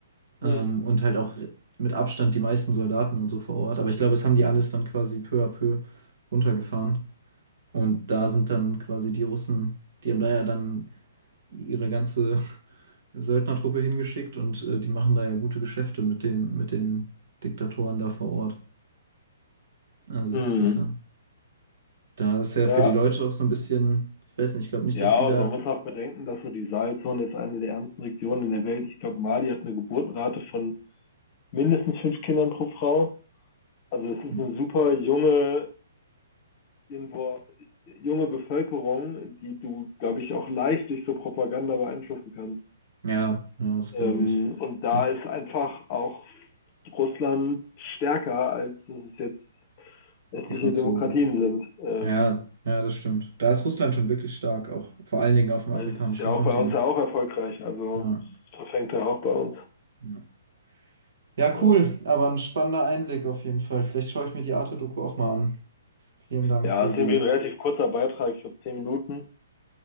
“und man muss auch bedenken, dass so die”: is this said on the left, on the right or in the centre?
Left